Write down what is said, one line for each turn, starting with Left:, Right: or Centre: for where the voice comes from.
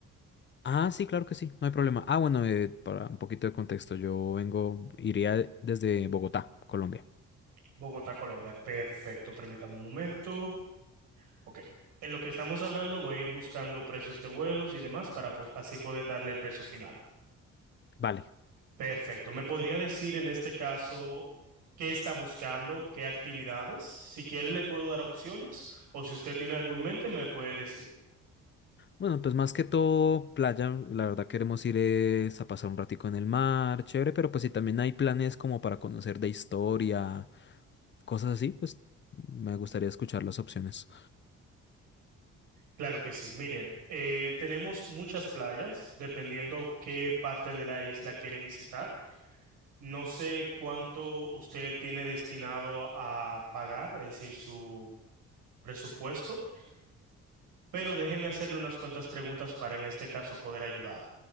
Left: Ah, sí, claro que sí, no hay problema. Ah, bueno, eh, para un poquito de contexto, yo vengo, iría desde Bogotá, Colombia.
Right: Bogotá, Colombia. Perfecto, permítame un momento. Ok. En lo que estamos hablando voy a ir buscando precios de vuelos y demás para pues, así poder darle el precio final.
Left: Vale.
Right: Perfecto. ¿Me podría decir en este caso qué está buscando, qué actividades? Si quiere, le puedo dar opciones o si usted tiene algo en mente, me puede decir.
Left: Bueno, pues más que todo playa, la verdad queremos ir es a pasar un ratico en el mar, chévere, pero pues si también hay planes como para conocer de historia, cosas así, pues me gustaría escuchar las opciones.
Right: Claro que sí. Mire, eh, tenemos muchas playas, dependiendo qué parte de la isla quiere visitar. No sé cuánto usted tiene destinado a pagar, es decir, su presupuesto, pero déjeme hacerle unas cuantas preguntas para en este caso poder ayudar.